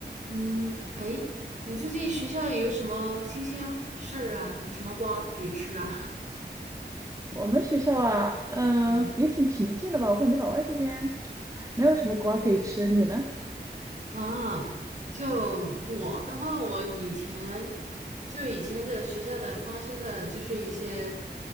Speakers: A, on the right (about 45°); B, on the right (about 20°).
A: 嗯，哎，你最近学校有什么新鲜事儿啊？有什么瓜可以吃啊？
B: 我们学校啊，嗯、
A: <laughs> 嗯
B: 也挺平静的吧？我感觉老外这边没有什么瓜可以吃，你呢？
A: 啊，就嗯我的话，我以前就以前的学校的发生的就是一些